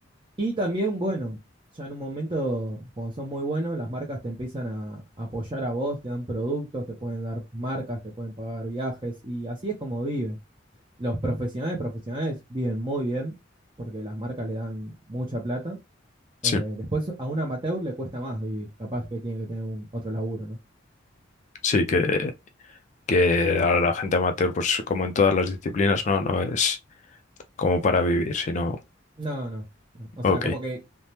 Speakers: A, on the right; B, on the left.
A: Y también, bueno, ya en un momento, cuando sos muy bueno, las marcas te empiezan a apoyar a vos, te dan productos, te pueden dar marcas, te pueden pagar viajes, y así es como viven. Los profesionales, profesionales viven muy bien, porque las marcas le dan mucha plata.
B: sí,
A: Eh, después a un amateur le cuesta más vivir, capaz que tiene que tener un, otro laburo, ¿no?
B: sí, que, que ahora la gente amateur, pues como en todas las disciplinas, no, no es como para vivir, sino,
A: No, no, no. O
B: ok.
A: sea, como que